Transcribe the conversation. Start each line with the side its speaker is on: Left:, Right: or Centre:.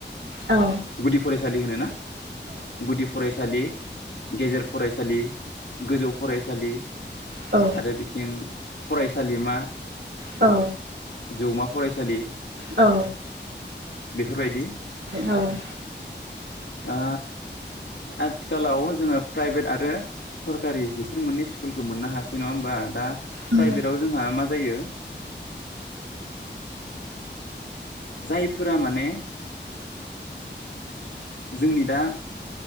Right: औ
Left: गुदि फरायसा फयसालि होनो ना गुदि फरायसालि गेजेर फरायसालि गोजौ फरायसालि
Right: औ
Left: आरो बिथिं फरायसालिमा
Right: औ
Left: जौमा फरायसालि
Right: औ
Left: बेफोरबायदि
Right: औ
Left: ओ आथिखालाव जोङो प्राइभेट आरो सरकारि बिसोर मोननै स्कुलखौ मोननो हासै नङा होमबा दा
Right: उम
Left: प्राइभेटाव जोंहा मा जायो जायफोरा माने जोंनि दा